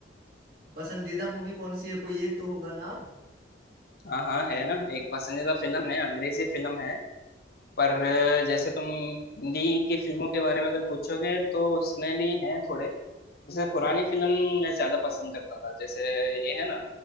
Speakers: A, on the right (about 55°); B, on the left (about 55°).
A: पसंदीदा मूवी कौन सी है कोई एक तो होगा नाम
B: हाँ हाँ है ना एक पसंदीदा फिल्म है अंग्रेजी फिल्म है पर अ, जैसे तुम हिंदी की फिल्मों के बारे में अगर पूछोगे तो उसमें भी हैं थोड़े जैसे पुरानी फिल्म मैं ज्यादा पसंद करता था जैसे ये है ना